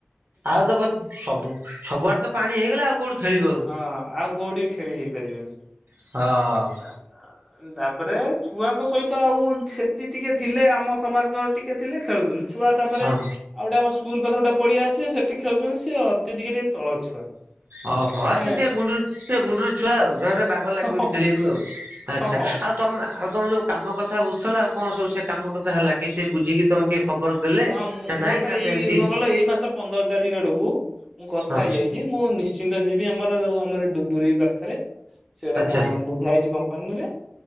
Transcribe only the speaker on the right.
ଆଉ ତ ବ ସବୁ ସବୁଆଡେ ତ ପାଣି ହେଇଗଲା ଆଉ କୋଉଠି ଖେଳିବ ଆଉ?
ହଁ।
ହଁ
ଓହୋ
ସେ ଟିକେ ଗୁଣ୍ଡୁର୍ ସେ ଗୁଣ୍ଡରୁ ଛୁଆ ଆଉ ବାଗ ଲାଗିବନି
ଖେଳିବାକୁ ଆଉ ଆଚ୍ଛା
ଆଉ ତମେ ଆଉ ତମେ ଯୋଉ କାମ କଥା ବୁଝୁଥିଲ ଆଉ କଣ ସବୁ ସେ କାମ କଥା ହେଲା କି ସେ ବୁଝିକି ତମକୁ କିଏ ଖବର ଦେଲେ
ନା ନାଇଁ
ନା ସେମିତି
ହଁ
ଆଚ୍ଛା।